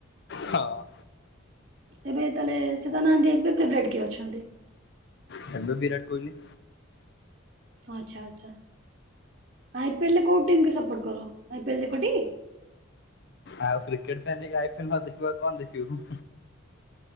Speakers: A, on the left; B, on the right.
A: ହଁ
B: ଏବେ ତାହେଲେ ସେ ସିଏ ତ ନାହାଁନ୍ତି। ଏବେ ଫେବରାଇଟ କିଏ ଅଛନ୍ତି?
A: ହ୍ୟାଲୋ ବିରାଟ କୋହଲି।
B: ହଁ ଆଚ୍ଛା ଆଚ୍ଛା। ଆଇ ପି ଏଲ ରେ କୋଉ ଟିମକି ସପୋର୍ଟ କର? ଆଇ ପି ଏଲ ଦେଖ ଟି?
A: ଆଉ କ୍ରିକେଟ ଫ୍ୟାନ ହେଇକି ଆଇ ପି ଏଲ ନ ଦେଖିବୁ, ଆଉ କଣ ଦେଖିବୁ?